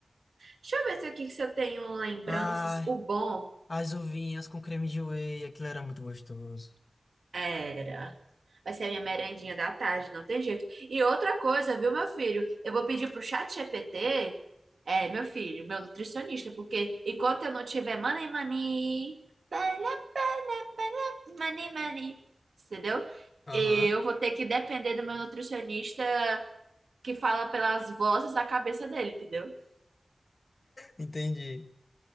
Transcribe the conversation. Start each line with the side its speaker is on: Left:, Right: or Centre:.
Right: Deixa eu ver se aqui se eu tenho lembranças.
Left: Ai,
Right: O bom
Left: as uvinhas com creme de whey, aquilo era muito gostoso.
Right: era. Vai ser a minha merendinha da tarde, não tem jeito. E outra coisa, viu, meu filho? Eu vou pedir pro chat ChatGPT, é, meu filho, meu nutricionista, porque enquanto eu não tiver money, money, para, para, money, money, entendeu?
Left: Aham.
Right: Eu vou ter que depender do meu nutricionista que fala pelas vozes da cabeça dele, entendeu?
Left: Entendi.